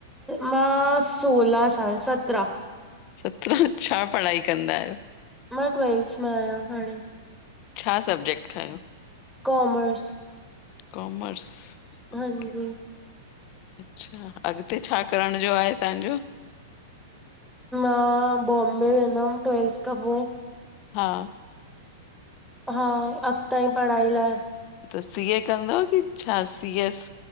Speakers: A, in the centre; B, on the left (about 45°).
A: मां सोलहा साल सत्रह
B: सत्रहां अच्छा पढ़ाई कंदा आयो?
A: मां ट्वेल्स में आयां हाणे।
B: छा सब्जेक्ट खंयो?
A: कॉमर्स।
B: कॉमर्स। ओके,
A: हांजी।
B: अच्छा अॻते छा करण जो आहे तव्हांजो?
A: मां बॉम्बे वेंदम ट्वेल्थ खां पो।
B: हा।
A: हा अॻतांई जी पढ़ाई लाइ।
B: त सीए कंदाव की छा सीएस?